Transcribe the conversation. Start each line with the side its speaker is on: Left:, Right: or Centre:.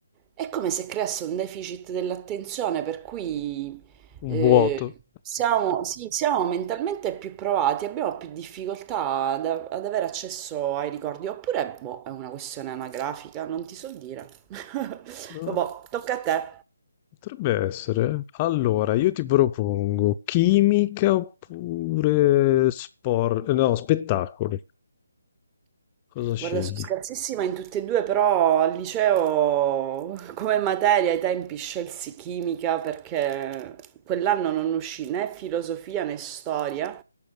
Right: è come se creasse un deficit dell'attenzione, per cui
Left: vuoto.
Right: eh, siamo, sì, siamo mentalmente più provati, abbiamo più difficoltà ad, ad avere accesso ai ricordi, oppure boh, è una questione anagrafica, non ti so dire. <laughs>
Left: Eh,
Right: Vabbè, tocca a te.
Left: potrebbe essere. eh. Allora, io ti propongo chimica oppure sport, no, spettacoli. Cosa scegli?
Right: Guarda, sono scarsissima in tutte e due, però al liceo come materia ai tempi scelsi chimica perché quell'anno non uscì né filosofia né storia,